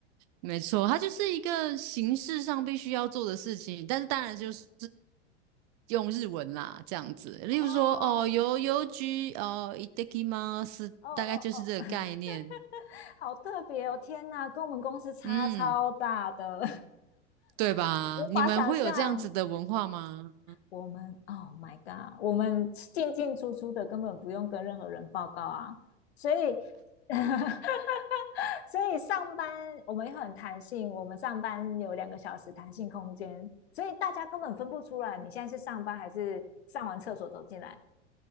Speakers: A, on the right; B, on the left.
A: 没错，它就是一个形式上必须要做的事情，但是当然就是用日文啦，这样子。例如说，
B: 哦，
A: 哦，邮邮局，哦，いただきます大概就是这个概念，
B: 哦哦哦，<laughs> 好特别哦，天哪，跟我们公司差超大的，
A: 嗯，对吧？
B: <laughs> 无法想象。
A: 你们会有这样子的文化吗？
B: 我们，Oh my God，我们进进出出的根本不用跟任何人报告啊，所以 <laughs>，所以上班我们也很弹性，我们上班有两个小时弹性空间，所以大家根本分不出来你现在是上班还是上完厕所走进来。